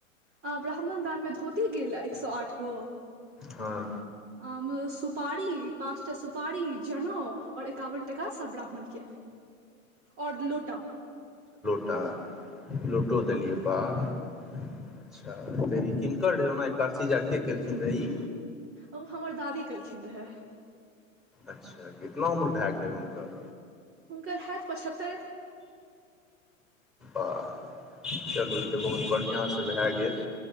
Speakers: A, on the right; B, in the centre.
A: अ ब्राह्मण दान मे धोती गेल एक सए आठ गो
B: हँ
A: आ सुपारी पाँचटा सुपारी जनेउ और एकावन टका सब ब्राह्मण के और लोटा
B: ुटा लोटो दलियअ बा अच्छा ते किनक रहै ओना एकाशी जागके केलखिन रह ई
A: ओ हमर दादी कलखिन रहए
B: अच्छा कितना उम्र भए गेलै हुनकर
A: हुनकर होत पचहत्तर
B: आ चलू ई तऽ बहुत बढ़िआँसँ भए गेल